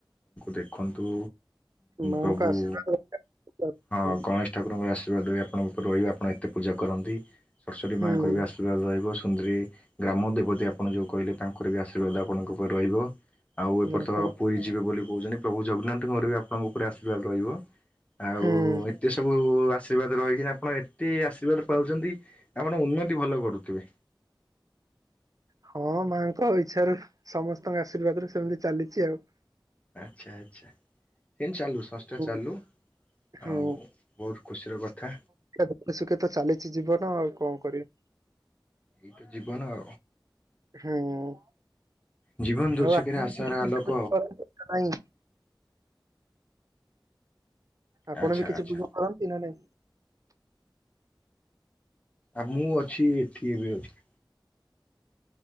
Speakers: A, on the left (about 15°); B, on the right (about 45°).
A: ଦେଖନ୍ତୁ
B: ମାଙ୍କ
A: ପ୍ରଭୁ
B: ଆଶୀର୍ବାଦ ରଖିଥାଉ।
A: ହଁ ଗଣେଶ ଠାକୁରଙ୍କର ଆଶୀର୍ବାଦ ବି ଆପଣଙ୍କ ଉପରେ ରହିବ ଆପଣ ଏତେ ପୂଜା କରନ୍ତି, ସରସ୍ଵତୀ ମାଙ୍କର
B: ହୁଁ
A: ବି ଆ ରହିବ ସୁନ୍ଦରୀ ଗ୍ରାମ ଦେବତୀ ଆପଣ ଯୋଉ କହିଲେ ତାଙ୍କର ବି ଆସ ଅସର୍ବାଦ ଆପଣଙ୍କ ଉପରେ ରହିବ ଆଉ
B: ହୁଁ,
A: ଏପର୍ଯ୍ୟ
B: ଆପଣ
A: ପୁରୀ ଯିବେ ବୋଲି କହୁଛନ୍ତି ପ୍ରଭୁ ଜଗନ୍ନାଥଙ୍କ ଘର ବି ଆପଣଙ୍କ ଉପରେ ଆଶୀର୍ବାଦ ରହିବ ଆଉ
B: ହୁଁ
A: ଏତେ ସବୁ ଆଶୀର୍ବାଦ ରହିକିନା ଆପଣ ଏତେ ଆଶୀର୍ବାଦ ପାଉଛନ୍ତି ଆପଣ ଉନ୍ନତି ଭଲ କରୁଥିବେ।
B: ହଁ ମାଆଙ୍କ ଆଉ ଇଚ୍ଛାାରୁ ସମସ୍ତଙ୍କ ଆଶୀର୍ବାଦରୁ ସେମିତି ଚାଲିଛି ଆଉ।
A: ଆଚ୍ଛା ଆଚ୍ଛା ସେନ୍ ଚାଲୁ ସଂସ୍ଥା
B: ହୁଁ
A: ଚାଲୁ।
B: ହୁଁ
A: ଆଉ ବହୁତ ଖୁସିର କଥା
B: ଦେଖ ସୁଖେ ତ ଚାଲିଛି ଯିବ ନା ଆଉ କଣ କରିବି?
A: ଏଇଟ ଜୀବନ ଆ
B: ହୁଁ
A: ଜୀବନ ଦୁର୍ଛକରେ
B: ଆଉ <unintelligible>
A: ଆଶାର ଆଲୋକ
B: ଆପଣ
A: ଆଚ୍ଛା
B: ବି କିଛି
A: ଆଚ୍ଛା।
B: ପୂଜା କରନ୍ତି ନ ନାଇଁ?
A: ଆଉ ମୁଁ ଅଛି ଏଠି ଏବେ ଅଛି।